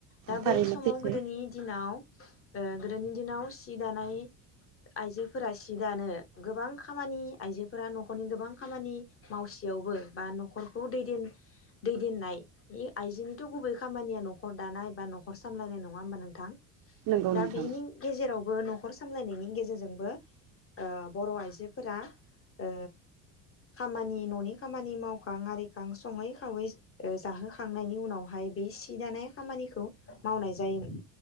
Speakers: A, on the left; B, on the right.
A: दा
B: थारैनो
A: बै समाव
B: सैथो
A: गोदोनि दिनाव ओ गोदोनि दिनाव सि दानाय आइजोफोरा सि दानो गोबां खामानि आइजोफोरा न'खरनि गोबां खामानि मावसेयावबो बा न'खरखौ दैदेन दैदेननाय आइजोनिथ' गुबै खामानिया न'खर दानाय बा न'खर सामलायनाय नङा होमबा नोंथां दा
B: नंगौ नोंथां
A: बेनि गेजेराव बो न'खर सामलायनायनि गेजेरजोंबो ओ बर' आइजोफोरा ओ खामानि न'नि खामानि माव खां आरिखां सङै खावै ओ जाहोखांनायनि उनावहाय बे सि दानाय खामानिखौ मावनाय जायोमोन